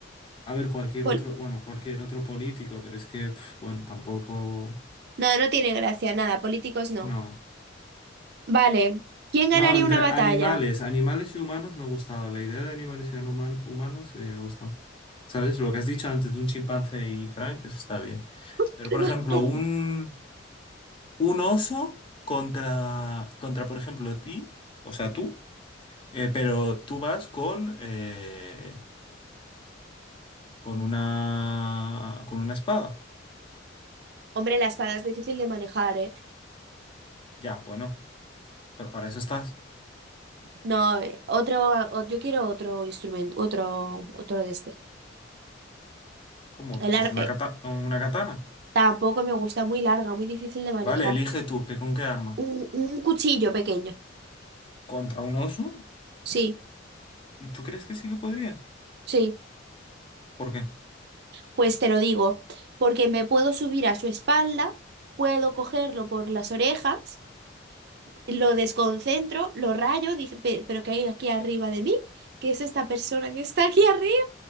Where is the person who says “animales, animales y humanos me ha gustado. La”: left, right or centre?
Left